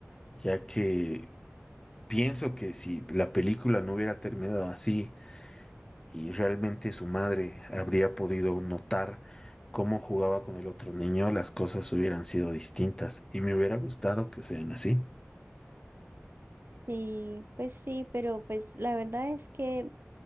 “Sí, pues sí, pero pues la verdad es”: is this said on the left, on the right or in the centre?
Right